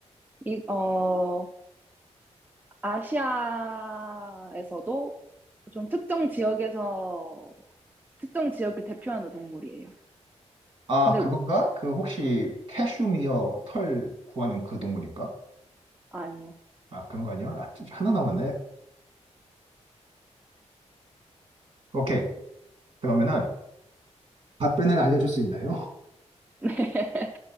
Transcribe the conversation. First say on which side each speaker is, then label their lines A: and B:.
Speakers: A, on the right; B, on the right.
A: 이, 어, 아시아에서도 좀 특정 지역에서, 특정 지역을 대표하는 동물이에요.
B: 아,
A: 근데,
B: 그건가? 그 혹시 캐슈미어 털 구하는 그 동물인가?
A: 아, 아니요.
B: 아, 그런 거 아니야? 아, 진짜 하나 남았네. 오케이. 그러면은 답변을 알려줄 수 있나요? <laughs>
A: <laughs> 네.